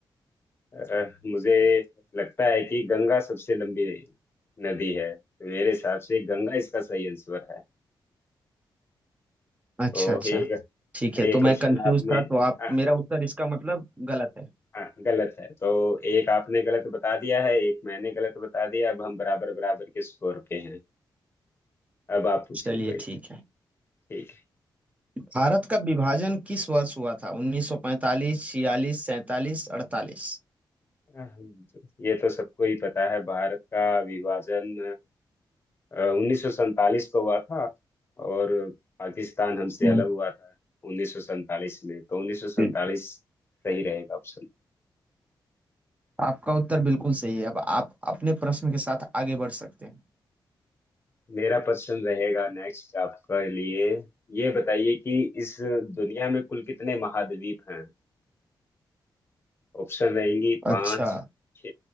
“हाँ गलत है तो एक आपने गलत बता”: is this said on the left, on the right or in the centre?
Left